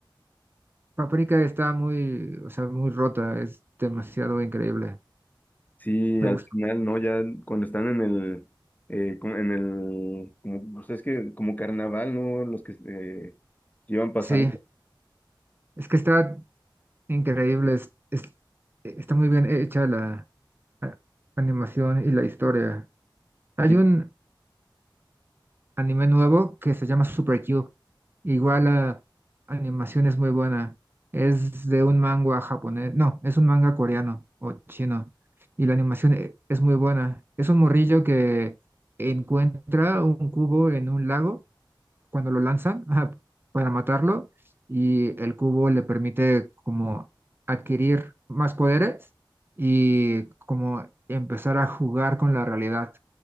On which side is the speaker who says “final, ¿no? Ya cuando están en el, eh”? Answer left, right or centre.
Left